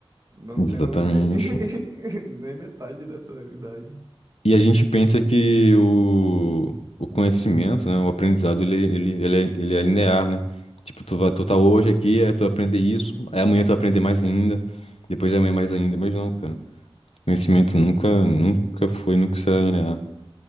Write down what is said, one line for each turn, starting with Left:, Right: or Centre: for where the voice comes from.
Right: não
Left: Exatamente.
Right: tenho nem, <laughs> nem metade dessa idade.
Left: E a gente pensa que o, o conhecimento, né, o aprendizado, ele, ele, ele, é, ele é linear, né? Tipo, tu vai, tu tá hoje aqui, aí tu vai aprender isso, aí amanhã tu vai aprender mais ainda, depois amanhã mais ainda, mas não, cara. Conhecimento nunca, nunca foi, nunca será linear.